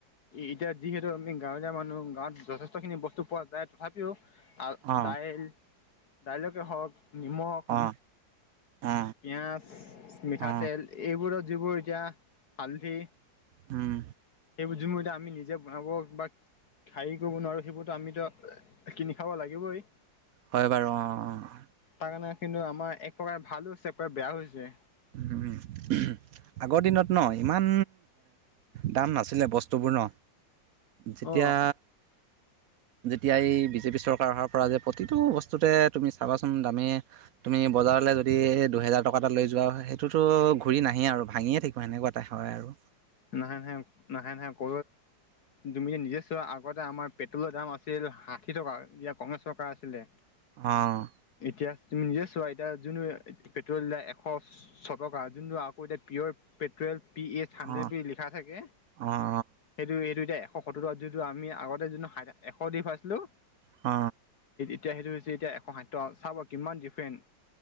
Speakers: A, on the left; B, on the right.
A: এতিয়া যিহেতু আমি গাঁৱলীয়া মানুহ গাঁৱত যথেষ্টখিনি বস্তু পোৱা যায়। তথাপিও আহ
B: অ
A: দাইল দাইলকে হওক নিমখ,
B: অ অ
A: পিঁয়াজ, মিঠাতেল,
B: অ
A: এইবোৰত যিবোৰ এতিয়া হালধি
B: উম।
A: <unintelligible> আমি নিজে বনাব বা খাহি কৰিব নোৱাৰো সেইিবোৰতো আমিতো কিনি খাব লাগিবই।
B: হয়, বাৰু অ', অ',
A: তাৰ কাৰণে, কিন্তু আমাৰ এক প্ৰকাৰে ভালো হৈছে এক প্ৰকাৰ বেয়া হৈছে
B: <unintelligible> আগৰ দিনত ন ইমান দাম নাছিলে বস্তুবোৰ ন যেতিয়া
A: অ
B: যেতিয়া এই বিজেপি চৰকাৰ অহাৰ প্ৰতিটো বস্তুতে তুমি চাবা ম, দামী তুমি বজাৰলৈ যদি দুহেজাৰ টকা এটা লৈ যোৱা হয় সেইটোতো ঘূৰি নাহে আৰু ভাঙিয়ে থাকিব সেনেকুৱা এটা হয় আৰু
A: নাহে, নাহে, নাহে, নাহে, ক তুমি যে নিজে চোৱা আগতে আমাৰ পেট্ৰলৰ দাম আছিল ষাঠি টকা, এতিয়া কংগ্ৰেছ চৰকাৰ আছিলে
B: অ',
A: এতিয়া তুমি নিজে চোৱা, এতিয়া যোনটো পেট্ৰল দিলা এশ ছ টকা যোনটো আকৌ এতিয়া পিয়ৰ পেট্ৰেল <unintelligible> হাড্ৰেড
B: অঁ
A: বি লিখা থাকে
B: অঁ
A: সেইটো এইটো দে এ সত্তৰ যিটো আমি আগতে যোনটো এশ দি পাইছিলো
B: হ,
A: এতিয়া সেইটো হৈছে এতিয়া এক ষাঠি চাব কিমান ডিফাৰেঞ্চ